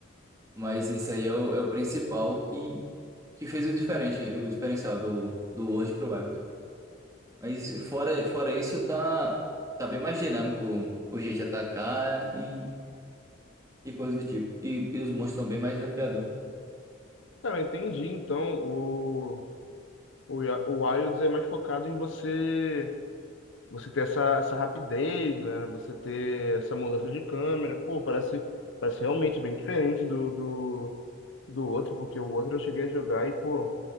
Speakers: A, on the right (about 15°); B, on the left (about 70°).
A: mas isso aí é o, é o principal que, que fez o diferente, o diferencial do, do World Pro Web. Mas fora, fora isso, tá, tá bem mais dinâmico o jeito de atacar e, e coisas do tipo. E, e os monstros são bem mais desafiador.
B: Cara, eu entendi. Então, o, o, Ya- o Wilds é mais focado em você. Você ter essa, essa rapidez, né? Você ter essa mudança de câmera. Pô, parece, parece realmente bem diferente do, do, do outro, porque o outro eu cheguei a jogar e, pô,